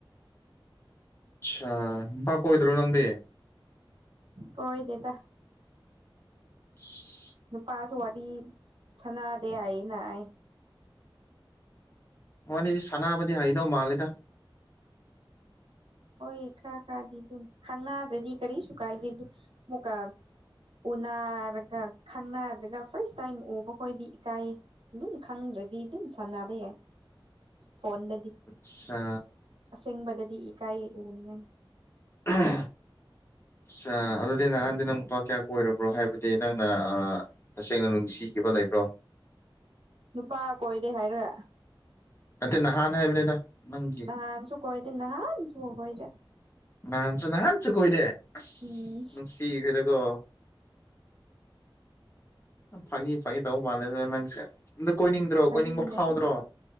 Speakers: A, on the left; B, on the right.
A: ꯑꯠꯁꯥ ꯅꯨꯄꯥ ꯀꯣꯏꯗ꯭ꯔꯣ ꯅꯪꯗꯤ
B: ꯀꯣꯏꯗꯦꯗ
A: <unintelligible>
B: ꯅꯨꯄꯥꯁꯨ ꯋꯥꯔꯤ ꯁꯟꯅꯥꯗꯦ ꯍꯥꯏꯅ ꯑꯩ
A: ꯋꯥꯔꯤꯗꯤ ꯁꯟꯅꯥꯕꯗꯤ ꯍꯩꯗꯧ ꯃꯥꯜꯂꯤꯗ
B: ꯍꯣꯏ ꯈꯔ ꯈꯔꯗꯤ ꯗꯨꯝ ꯈꯪꯅꯗ꯭ꯔꯗꯤ ꯀꯔꯤꯁꯨ ꯀꯥꯏꯗꯦ ꯗꯨꯝ ꯃꯨꯛꯀꯥ ꯎꯅꯔꯒ ꯈꯪꯅꯗ꯭ꯔꯒ ꯐꯥꯔꯁ ꯇꯥꯏꯝ ꯎꯕꯈꯣꯏꯗꯤ ꯏꯀꯥꯏꯌꯦ ꯗꯨꯝ ꯈꯪꯗ꯭ꯔꯗꯤ ꯗꯨꯝ ꯁꯥꯟꯅꯕ ꯌꯥꯏ ꯐꯣꯟꯗꯗꯤ
A: ꯑꯆꯥ
B: ꯑꯁꯦꯡꯕꯗꯗꯤ ꯏꯀꯥꯏꯌꯦ ꯎꯅꯤꯡꯉꯥꯏ
A: <unintelligible> ꯑꯠꯁꯥ ꯑꯗꯨꯗꯤ ꯅꯍꯥꯟꯗꯤ ꯅꯪ ꯅꯨꯄꯥ ꯀꯌꯥ ꯀꯣꯏꯔꯕ꯭ꯔꯣ ꯍꯥꯏꯕꯗꯤ ꯅꯪꯅ ꯑꯥ ꯇꯁꯦꯡꯅ ꯅꯨꯡꯁꯤꯈꯤꯕ ꯂꯩꯕ꯭ꯔꯣ
B: ꯅꯨꯄꯥ ꯀꯣꯏꯗꯦ ꯍꯥꯏꯔ
A: ꯅꯠꯇꯦ ꯅꯍꯥꯟ ꯍꯥꯏꯕꯅꯦꯗ ꯅꯪꯒꯤ
B: ꯅꯍꯥꯟꯁꯨꯨ ꯀꯣꯏꯗꯦ ꯅꯍꯥꯟꯁꯨ ꯀꯣꯏꯗꯦ
A: ꯅꯍꯥꯟꯁꯨ ꯅꯍꯥꯟꯁꯨ ꯀꯣꯏꯗꯦ ꯑꯁ
B: ꯎꯝ
A: ꯅꯨꯡꯁꯤꯈ꯭ꯔꯦꯗꯀꯣ ꯐꯥꯒꯤ ꯐꯥꯒꯤ ꯇꯧꯕ ꯃꯥꯜꯂꯦꯗ ꯅꯪꯁꯦ ꯑꯗ ꯀꯣꯏꯅꯤꯡꯗ꯭ꯔꯣ
B: ꯐꯥꯒꯤ
A: ꯀꯣꯏꯅꯤꯡꯕ
B: ꯅꯠꯇꯦ
A: ꯐꯥꯎꯗ꯭ꯔꯣ